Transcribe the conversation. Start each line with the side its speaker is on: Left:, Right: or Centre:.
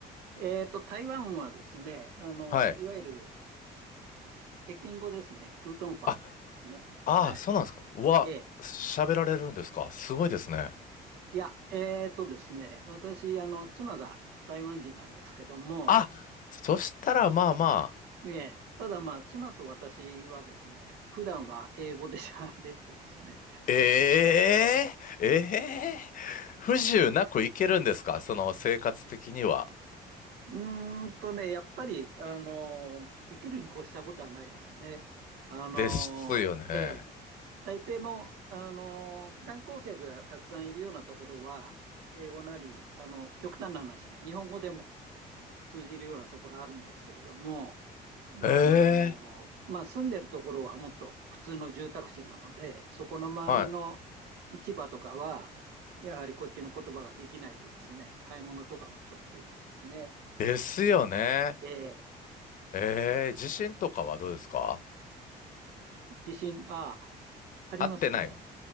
Right: えーと、台湾はですね、あのいわゆる
Left: はい。
Right: 北京語ですね、プートンファーってやつですね。
Left: あ、ああ、
Right: はい。
Left: そうなんですか。うわ、
Right: ええ
Left: 喋られるんですか。すごいですね。
Right: いや、えーとですね、私、あの、妻が台湾人なんですけども、
Left: あ、そしたらまあま
Right: えーただまあ、妻と私はですね、普段は英語で喋ってますね。
Left: ええええ不自由なくいけるんですかその生活的には。
Right: うーんとね、やっぱり、あの、できるに越したことはないですね。あの、
Left: ですよね。
Right: ええ台北も、あの、観光客がたくさんいるようなところは、英語なり、あの、極端な話、日本語でも、通じるようなところあるんですけれども、
Left: ええ
Right: あのまあ、住んでるところはもっと普通の住宅地なので、そこの周りの市場とかは、
Left: は
Right: やはりこっちの言葉ができないとですね、買い物とかはちょっと不便ですね。
Left: い。ですよね。
Right: え
Left: ええ地震とかはどうですか
Right: ー、地震、あ、ありますね。
Left: あってない。